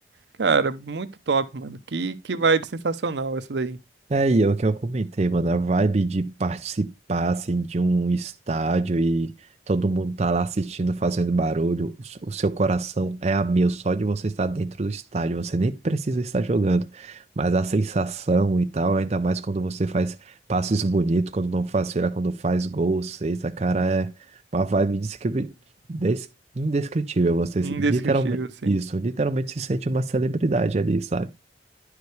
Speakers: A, on the right; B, on the right.
A: Cara, muito top, mano. Que, que vibe sensacional essa daí.
B: É, e é o que eu comentei, mano, a vibe de participar, assim, de um estádio e todo mundo tá lá assistindo, fazendo barulho, o s- o seu coração é a mil só de você estar dentro do estádio, você nem precisa estar jogando, mas a sensação e tal, ainda mais quando você faz passes bonitos, quando não faz feira, quando faz gol, sexta, cara, é uma vibe descri- des- indescritível, você
A: Indescritível,
B: se- literalmente,
A: assim.
B: isso, literalmente se sente uma celebridade ali, sabe?